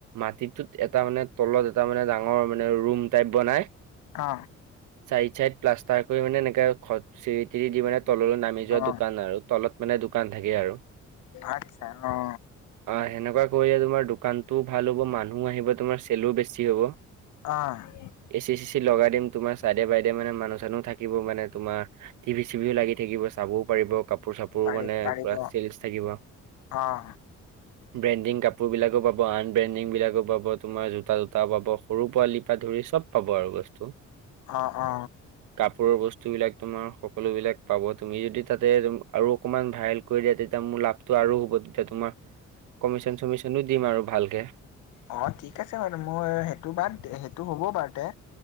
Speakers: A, on the right (about 80°); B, on the left (about 75°).
A: মাটিটোত এটা মানে, তলত এটা মানে ডাঙৰ মানে ৰুম টাইপ বনাই
B: আঁহ্।
A: চাইড চাইড প্লাষ্টাৰ কৰি মানে, এনেকে খত চিৰি-তিৰি দি মানে, তললৈ নামি যোৱা
B: অ
A: দোকান আৰু। তলত মানে দোকান থাকে আৰু।
B: আচ্ছা অ'।
A: অ সেনেকুৱা কৰিলে তোমাৰ দোকানটোও ভাল হ'ব মানুহো আহিব তোমাৰ চেলো বেছি হ'ব।
B: অ'।
A: এ চি চি চি লগাই দিম তোমাৰ চাইদে বাইদে মানে মানুহ চানু থাকিব মানে তোমাৰ, টিভি চিভিও লাগি থাকিব চাবও পাৰিব কাপোৰ চাপোৰো
B: পাৰি
A: মানে
B: পাৰিব
A: পুৰা চেলচ থাকিব।
B: অ'।
A: ব্ৰেণ্ডিং কাপোৰবিলাকো পাব আন ব্ৰেণ্ডিংবিলাকো পাব তোমাৰ জোতা টোতাও পাব সৰু পোৱালিৰ পৰা ধৰি চব, পাব আৰু বস্তু।
B: অ', অ
A: কাপোৰৰ বস্তু বিলাক তোমাৰ সকলোবিলাক পাব তুমি যদি তাতে আৰু অকণমান ভাইৰেল, কৰি দিয়া তেতিয়া মোৰ লাভটো আৰু হ'ব তেতিয়া তোমাৰ কমিশন চমিশনো দিম আৰু ভালকে।
B: অ ঠিক আছে বাৰু মোৰ সেইটো বাদ সেইটো হ'ব বাৰু তে,